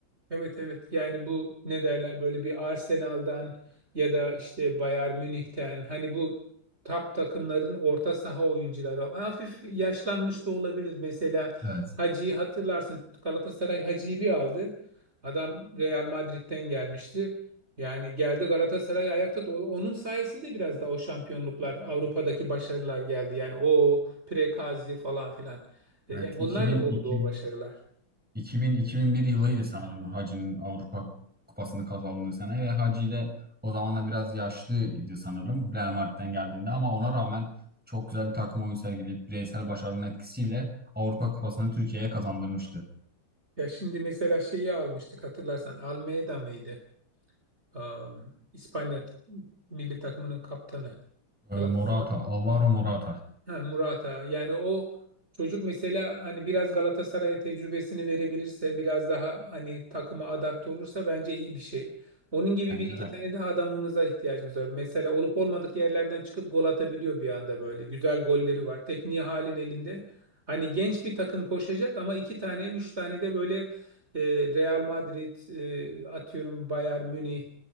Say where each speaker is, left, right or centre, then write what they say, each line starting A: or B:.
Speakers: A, on the right (about 30°); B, in the centre.
A: Evet evet yani bu ne derler böyle bir Arsenal'dan ya da işte Bayern Münih'ten hani bu top takımların orta saha oyuncuları hafif yaşlanmış da olabilir. Mesela
B: Evet.
A: Hacı'yı hatırlarsın Galatasaray Hacı'yı bir aldı. Adam Real Madrid'den gelmişti. Yani geldi Galatasaray ayakta tut- onun sayesinde biraz da o şampiyonluklar Avrupa'daki başarılar geldi. Yani o Prekazi falan filan. E,
B: Evet
A: Yani onlarla
B: 2002
A: oldu o başarılar.
B: 2000-2001 yılıydı sanırım Hacı'nın Avrupa Kupası'nı kazandığı sene ve Hacı de o zamanla biraz yaşlıydı sanırım Real Madrid'den geldiğinde ama ona rağmen çok güzel bir takım oyun sergileyip bireysel başarının etkisiyle Avrupa Kupası'nı Türkiye'ye kazandırmıştı.
A: Ya şimdi mesela şeyi almıştık hatırlarsan Almeida mıydı? Am, İspanya t- milli takımının kaptanı. Galatasaray.
B: Ee, Morata, Alvaro Morata
A: Ha, Murata. Yani o çocuk mesela hani biraz Galatasaray'a tecrübesini verebilirse, biraz daha hani takıma adapte olursa bence iyi bir şey. Onun gibi
B: bence
A: bir iki
B: de.
A: tane daha adamımıza ihtiyacımız var. Mesela olup olmadık yerlerden çıkıp gol atabiliyor bir anda böyle. Güzel golleri var. Tekniği halin elinde. Hani genç bir takım koşacak ama iki tane, üç tane de böyle e, Real Madrid, e, atıyorum Bayern Münih,